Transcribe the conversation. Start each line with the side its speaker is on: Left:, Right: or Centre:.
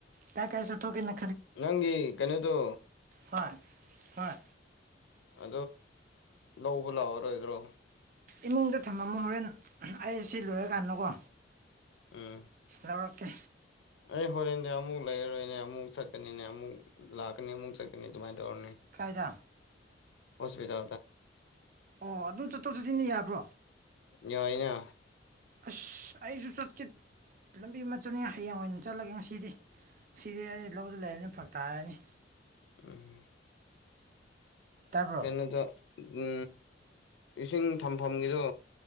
Right: ꯀꯥꯏ ꯀꯥꯏ ꯆꯠꯊꯣꯛꯀꯦꯅꯦ
Left: ꯅꯪꯒꯤ ꯀꯩꯅꯨꯗꯨ
Right: ꯍꯣꯏ ꯍꯣꯏ
Left: ꯑ ꯂꯧꯕ ꯂꯥꯛꯑꯣꯔꯣꯏꯗ꯭ꯔꯣ
Right: ꯏꯃꯨꯡꯗ ꯊꯝꯃꯃ ꯍꯣꯔꯦꯟ ꯑꯩ ꯑꯁꯤ ꯂꯣꯏꯔꯀꯥꯟꯗꯀꯣ
Left: ꯑꯥ
Right: ꯇꯧꯔꯛꯀꯦ
Left: ꯑꯩ ꯍꯣꯔꯦꯟꯗꯤ ꯑꯃꯨꯛ ꯂꯩꯔꯔꯣꯏꯅꯦ ꯑꯃꯨꯛ ꯆꯠꯀꯅꯤꯅꯦ ꯑꯃꯨꯛ ꯂꯥꯛꯀꯅꯤ ꯑꯃꯨꯛ ꯆꯠꯀꯅꯤ ꯑꯗꯨꯃꯥꯏꯅ ꯧ
Right: ꯀꯥꯏꯗ
Left: ꯑꯣꯁꯕꯤꯗꯥ
Right: ꯑꯣ ꯑꯗꯨꯝ ꯆꯠꯊꯣꯛ ꯆꯠꯁꯤꯟꯗꯤ ꯌꯥꯕ꯭ꯔꯣ
Left: ꯌꯥꯏꯅ
Right: ꯑꯁ ꯑꯩꯁꯨ ꯆꯠꯀꯦ ꯂꯝꯕꯤ ꯑꯃ ꯆꯠꯅꯤꯡꯉꯦ ꯍꯌꯦꯡ ꯑꯣꯏꯅ ꯆꯠꯂꯒꯦ ꯉꯁꯤꯗꯤ ꯁꯤꯗꯤ ꯑꯩ ꯂꯧꯗꯨ ꯂꯩꯔꯕꯅꯤ ꯐꯛ ꯇꯥꯔꯅꯤ
Left: ꯎꯝ
Right: ꯇꯥꯕ꯭ꯔꯣ
Left: ꯀꯩꯅꯣꯗ ꯎ ꯏꯁꯤꯡ ꯊꯝꯐꯝꯒꯤꯗꯣ